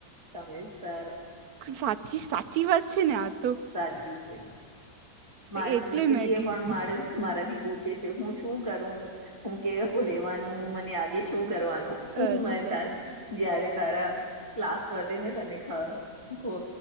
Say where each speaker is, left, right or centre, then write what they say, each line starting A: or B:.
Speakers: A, on the right; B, on the right.
A: સમયસર,
B: સાચી સાચી વાત છેને આતો.
A: સાચી છે, મારી
B: એટલે
A: દીકરી
B: મેં
A: એ
B: કીધું
A: પણ મારેે મારાથી પૂછે છે હું શું કરું હું કેવું લેવાનું મને આ એ શું કરવાનું
B: અચ્છા
A: મેં તાર જયારે તારા ક્લાસ વધે ને તને ખ ખો